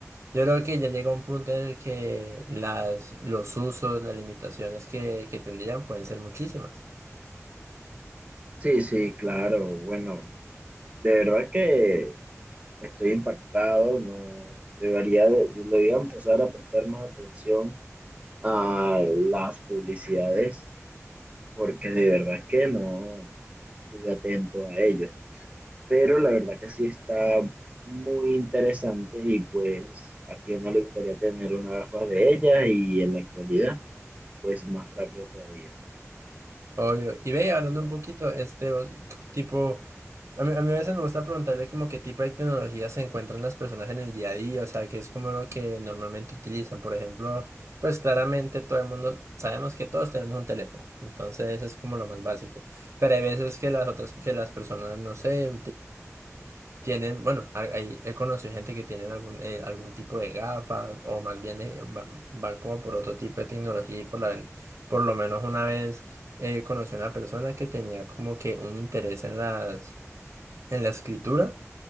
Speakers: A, on the right (about 60°); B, on the right (about 25°).
A: Yo creo que ya llega un punto en el que las, los usos, las limitaciones que, que tendrían pueden ser muchísimas.
B: Sí, sí, claro. Bueno, de verdad que estoy impactado. No debería, de- debería empezar a prestar más atención a las publicidades, porque de verdad que no estuve atento a ello. Pero la verdad que sí está muy interesante y pues a quien no le gustaría tener una gafas de ellas y en la actualidad, pues más rápido todavía.
A: Obvio. Y ve, hablando un poquito, este o- tipo, a mí, a mí a veces me gusta preguntarle como qué tipo de tecnologías se encuentran las personas en el día a día, o sea, qué es como lo que normalmente utilizan. Por ejemplo, pues claramente todo el mundo, sabemos que todos tenemos un teléfono, entonces es como lo más básico. Pero hay veces que las otras, que las personas, no sé, tienen, bueno, ha- hay- he conocido gente que tienen algún, eh, algún tipo de gafas o más bien eh, va- van como por otro tipo de tecnología y por, la, ven- por lo menos una vez eh, conocí a una persona que tenía como que un interés en las, en la escritura